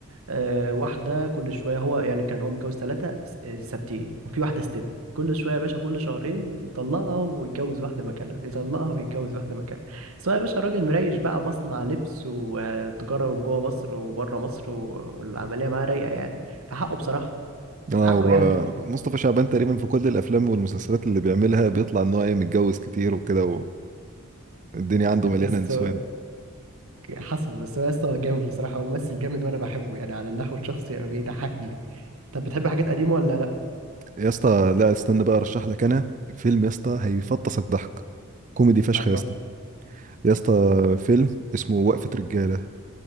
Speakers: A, on the right; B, on the right.
A: آه، واحدة كل شوية هو يعني كان هو متجوز ثلاثة ثابتين وفي واحدة استبن كل شوية يا باشا كل شهرين يطلقها ويتجوز واحدة مكانها يطلقها ويتجوز واحدة مكانها سواء يا باشا راجل مريش بقى مصنع لبس وتجارة جوه مصر وبره مصر و- والعملية معاه رايقة يعني فحقه بصراحة
B: اه
A: حقه
B: هو
A: يعني
B: مصطفى شعبان تقريبا في كل الافلام والمسلسلات اللي بيعملها بيطلع ان هو ايه متجوز كتير وكده والدنيا عنده
A: <laughs>
B: مليانه
A: بس
B: نسوان
A: هو ك- حصل بس هو يا اسطى هو جامد بصراحة هو ممثل جامد وأنا بحبه يعني على النحو الشخصي بيضحكني طب بتحب حاجات قديمة ولا لأ؟
B: يا اسطى لا استنى بقى ارشح لك انا فيلم يا اسطى هيفطسك ضحك كوميدي فشخ
A: عرفني
B: يا اسطى يا اسطى فيلم اسمه وقفه رجاله